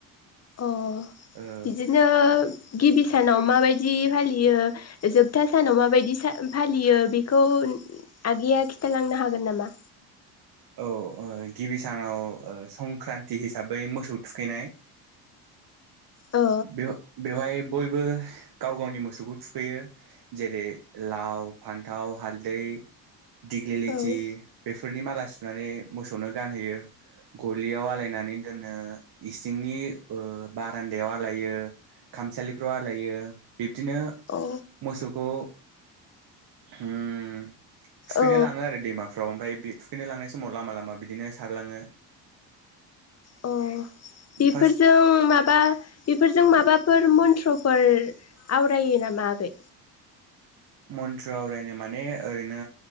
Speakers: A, on the left; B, on the right.
A: अ'
B: ओ
A: बिदिनो गिबि सानाव माबायदि फालियो, जोबथा सानाव सा माबायदि फालियो बेखौ आगैया खिन्थालांनो हागोन नामा?
B: औ ओ गिबि सानाव संक्रान्ति हिसाबै मोसौ थुखैनाय
A: औ
B: बेव बेवहाय बयबो गाव गावनि मोसौखौ थुखैयो जेरै - लाव, फान्थाव, हालदै,,, दिग्रिलिथि
A: औ
B: बेफोरनि माला सुनानै मोसौनो गानहैयो, गलियाव आलायनानै दोनो, इसिंनि ओ बारान्दायाव,,, आलायो, खामसालिफ्राव आलायो बिब्दिनो
A: औ
B: मोसौखौ,, उम थुखैनो
A: औ
B: लाङो आरो दैमाफ्राव ओमफफ्राय बे थुखैनो लांनाय समाव लामा, लामा बिदिनो सारलाङो।
A: औ बेफोरजों
B: फार्स्ट
A: माबा, बेफोरजों माबा बेफोर मन्त्रफोर आवरायो नामा आ बेै?
B: मन्त्र आवरायनो माने ओरैनो